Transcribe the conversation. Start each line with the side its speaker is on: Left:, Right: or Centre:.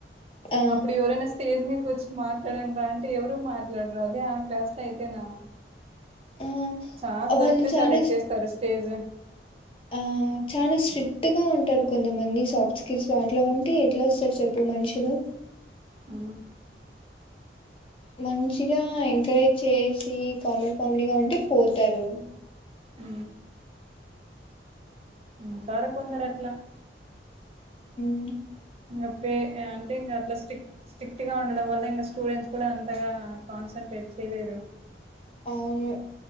Left: ఆ
Right: అప్పుడు యెవరైనా స్టేజ్ మీదకొచ్చి మాట్లాడం రా అంటే ఎవరు మాట్లాడరా అదే ఆ క్లాస్ లో అయితేనా
Left: ఆ
Right: చాన్స్
Left: వాళ్ళు
Right: దొరికితే
Left: చానా
Right: చాలా ఎక్కేస్తారు తేజ
Left: ఆ చాలా స్ట్రిక్ట్ గా ఉంటారు కొంతమంది సాఫ్ట్ స్కిల్స్ లో అట్లా ఉంటే ఎట్లా వస్తారు చెప్పు మనుషులు
Right: అ
Left: మనుష తిగా ఎంకరేజ్ చేసీ కామెడీ పమినిగా ఉంటే పోతారు
Right: అ ఉ ద్వర కొందరు అట్లా
Left: ఉ
Right: ఇంకా పే అంటే ఇంకా అట్లా స్టిక్ స్ట్రిక్ట్ గా ఉండడం వల్ల ఇంగ స్టూడెంట్స్ కూడా అంతగా కాన్సన్ట్రేట్ చేయలేరు
Left: అవును